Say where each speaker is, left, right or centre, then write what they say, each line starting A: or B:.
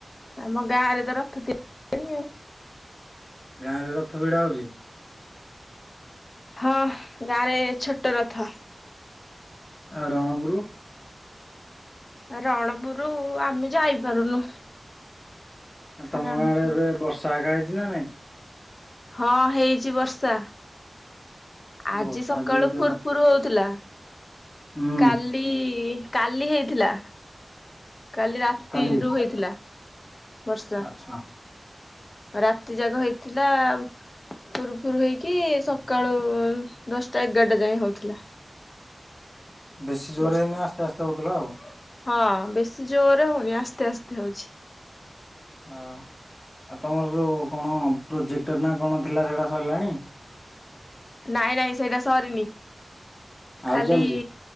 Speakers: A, on the left (about 45°); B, on the left (about 25°).
A: ଆମ ଗାଁ ରେ ତ ରଥ ତିଆରି ଆଉ
B: ଗାଁରେ ରଥ ଭିଡ଼ା ହେଉଛି?
A: ହଁ, ଗାଁ ରେ ଛୋଟ ରଥ।
B: ଆ ରଣପୁରୁ
A: ରଣପୁର ଆମେ ଯାଇପାରୁନୁ।
B: ଆ
A: ରଣପୁର
B: ତମ ଗାଁରେ ଏବେ ବର୍ଷା ଏକା ହେଇଚି ନା ନାଇଁ?
A: ହଁ ହେଇଚି ବର୍ଷା, ଆଜି
B: ବର୍ଷା
A: ସକାଳୁ
B: ଦେଇଥିବ
A: ଫୁର୍ ଫୁରୁ ହଉଥିଲା,
B: ହୁଁ
A: କାଲି, କାଲି ହେଇଥିଲା। କାଲି ରାତିରୁ
B: କାଲି
A: ହେଇଥିଲା ବର୍ଷା।
B: ଆଚ୍ଛା
A: ରାତି ଯାକ ହେଇଥିଲା। ଫୁରୁ ଫୁରୁ ହେଇକି, ସକାଳୁ ଦଶଟା ଏଗାରଟା ଯାଏ ହଉଥିଲା।
B: ବେଶୀ ଯୋରେ
A: ବର୍ଷା।
B: ହେଇନି, ଆସ୍ତେ ଆସ୍ତେ ହେଉଥିଲା ଆଉ।
A: ହଁ ବେଶୀ ଯୋରେ ହଉନି, ଆସ୍ତେ ଆସ୍ତେ ହଉଚି।
B: ହଁ, ଆଉ ତମର ଯୋଉ କଣ ପ୍ରୋଜେକ୍ଟର ନା କଣ ଥିଲା ସେଇଟା ସରିଲାଣି?
A: ନାଇଁ ନାଇଁ ସେଇଟା ସରିନି,
B: ଆହୁରି
A: ଖାଲି
B: ଚାଲିଛି।